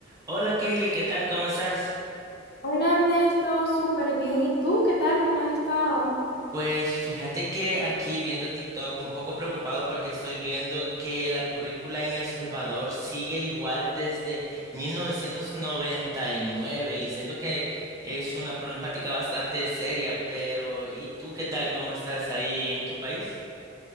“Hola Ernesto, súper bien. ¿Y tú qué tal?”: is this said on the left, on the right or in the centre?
Left